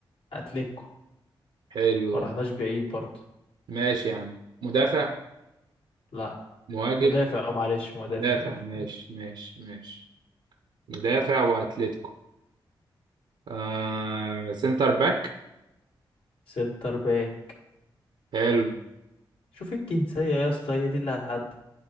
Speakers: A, on the left; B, on the right.
A: أتليكو
B: حلو
A: ما رحناش بعيد برضه
B: ماشي يا عم مدافع
A: لا
B: مهاجم
A: مدافع أه معلش مدافع
B: مدافع
A: مدافع
B: ماشي
A: مدافع
B: ماشي ماشي مدافع واتلتيكو آه سنتر باك
A: سنتر باك
B: حلو
A: شوف الجنسية يا اسطى هي دي اللي هتحدد